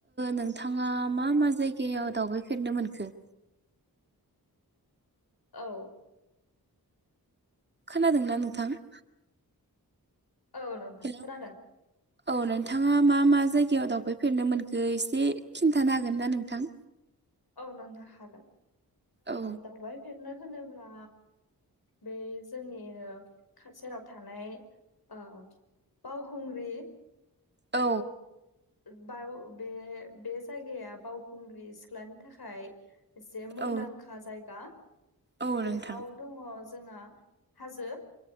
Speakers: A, on the right; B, on the left.
A: नोंथाङा मा मा जायगायाव दावबायफेरनो मोनखो?
B: औ।
A: खोनादोंना नोंथां?
B: औ नंथां
A: हेलौ
B: खोनादों।
A: औ नोंथाङा मा मा जायगायाव दावबायफेरनो मोनखो एसे खिन्थानो हागोन ना नोंथां।
B: औ नोंथां हागोन।
A: औ
B: दावबाय फेरनो होनोब्ला बे जोंनि गेजेराव थानाय अ बावखुंग्रि
A: औ।
B: ब बे बे जायगाया बावखुंग्रि सिख्लानि थाखाय एसे मुंदांखा
A: औ
B: जायगा
A: औ
B: बेयाव
A: नोंथां
B: दङ जोंहा हाजो